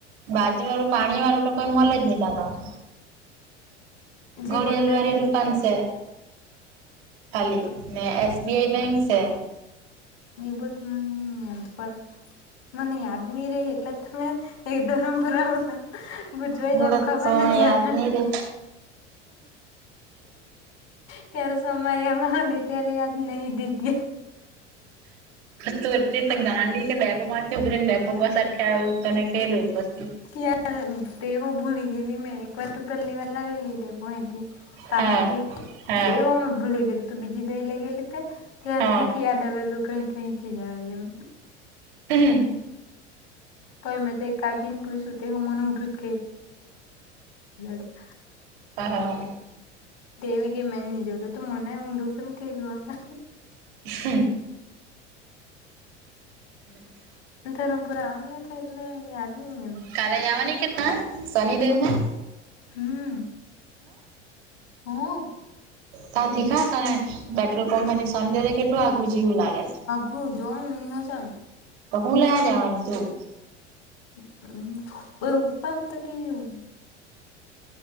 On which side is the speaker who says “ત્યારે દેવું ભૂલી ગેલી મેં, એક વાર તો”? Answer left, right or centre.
Left